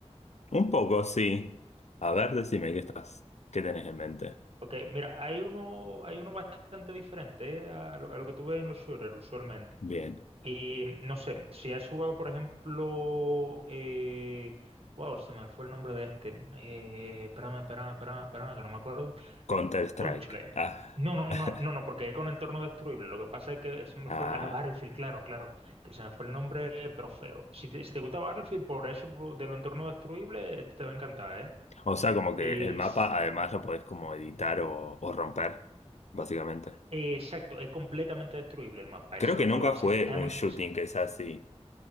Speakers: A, on the left; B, on the right.
A: Un poco, sí. A ver, decime qué estás, qué tenés en mente.
B: Ok, mira, hay uno, hay uno bastante diferente eh, a lo, a lo que tú ves en los shooters usualmente.
A: Bien,
B: Y no sé, si has jugado, por ejemplo, eh, wow, se me fue el nombre de este. Eh, espérame, espérame, espérame, espérame, que no me acuerdo
A: Counter-Strike.
B: Un chile.
A: Ah.
B: No, no,
A: <laughs>
B: no, no, no, porque es con entorno destruible. Lo que pasa es que se me
A: Ah,
B: fue el... Ah, Battlefield, claro, claro. Que se me fue el nombre, pero feo. Si te, si te gusta Battlefield, por eso, por- de lo entorno destruible, este te va a encantar, ¿eh?
A: o sea, como que
B: Es...
A: el mapa además lo podés como editar o, o romper, básicamente.
B: Exacto, es completamente destruible el mapa.
A: Creo
B: Eso es lo
A: que nunca
B: que lo hace
A: jugué
B: tan
A: un
B: interesante.
A: shooting que sea así.